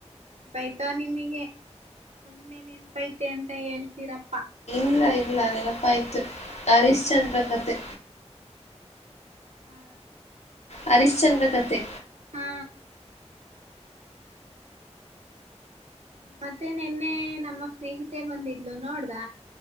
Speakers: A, on the right (about 70°); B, on the left (about 70°).
A: ಬೈತಾ ನಿಮಗೆ ಏನ್ ನೆನಪೈತೆ ನಿಮಗೆ ಸುಮ್ನೆ ನೆನಪಾತೆ ಅಂತ ಹೇಳ್ತೀರಪ್ಪಾ.
B: ಇಲ್ಲ ಇಲ್ಲ ನೆನಪ ಆಯ್ತು ಹರಿಶ್ಚಂದ್ರ ಕಥೆ.
A: ಹಾ.
B: ಹರಿಶ್ಚಂದ್ರ ಕಥೆ.
A: ಹಾ. ಮತ್ತೆ ನೆನ್ನೆ ನಮ್ಮ ಸ್ನೇಹಿತೆ ಬಂದಿದ್ಲು ನೋಡ್ದ.